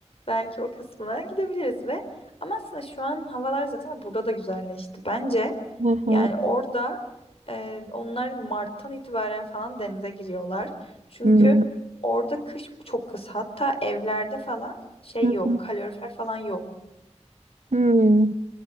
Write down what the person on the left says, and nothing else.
belki o kısmına gidebiliriz ve ama aslında şu an havalar zaten burada da güzelleşti. Bence
yani orada e, onlar Mart'tan itibaren falan denize giriyorlar. Çünkü
orada kış çok kısa. Hatta evlerde falan şey
yok,
kalorifer falan yok.